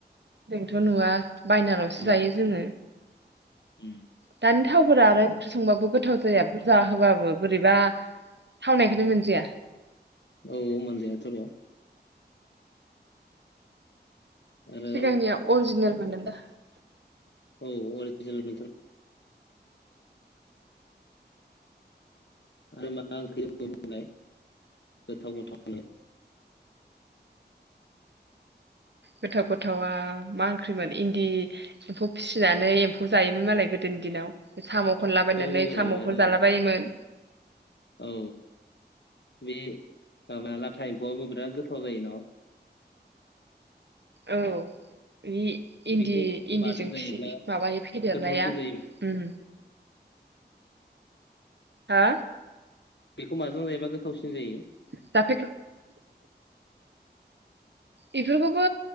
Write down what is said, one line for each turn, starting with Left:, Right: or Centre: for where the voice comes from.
Right: जोंथ' नुवा बायनालसो
Left: उम
Right: जायो जोङो
Left: उम
Right: दानि थावफोरा आरो ओंख्रि संबाबो गोथाव जाया बुरजा होबाबो बोरैबा थावनायखौनो मोनजाया
Left: औ मोनजायाथ' र' आरो
Right: सिगांनिया अरिजिनेलमोन दा? <inaudible>
Left: औ अरिजिनेल मोनथर आरो मा मा <unintelligible> बुंलाय। गोथाव गोथावनो।
Right: गोथाव गोथावा मा ओंख्रिमोन इन्दि एम्फौ फिसिनानै एम्फौ जायोमोन मालाय गोदोनि दिनाव साम'खौ खनलाबायनानै
Left: औ
Right: साम'फोर
Left: एकदम
Right: जालाबायोमोन।
Left: औ बे माबा लाथा एम्फौआबो बिराद गोथाव जाय न'?
Right: औ। बि इन्दि
Left: बेखौ
Right: इन्दिजों
Left: मादो जायोब्ला
Right: फिसि माबायो फेदेरनाया
Left: गोथावसिन जायो
Right: उम हा?
Left: बेखौ माजों जायोबा गोथावसिन जायो?
Right: <unintelligible> बेफोरखौबो